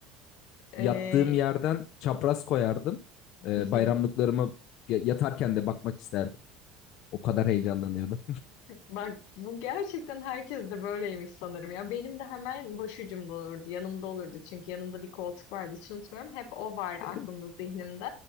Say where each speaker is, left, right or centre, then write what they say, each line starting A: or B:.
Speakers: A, on the left; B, on the left.
A: Ee,
B: yattığım yerden çapraz koyardım. Ee,
A: <laughs>
B: bayramlıklarımı ya- yatarken de bakmak isterdim. O kadar heyecanlanıyordum.
A: Bak bu gerçekten herkes de böyleymiş sanırım ya. Benim de hemen başucumda olurdu, yanımda olurdu. Çünkü yanımda bir koltuk vardı hiç unutmuyorum. Hep o var
B: <laughs>
A: aklımda, zihnimde.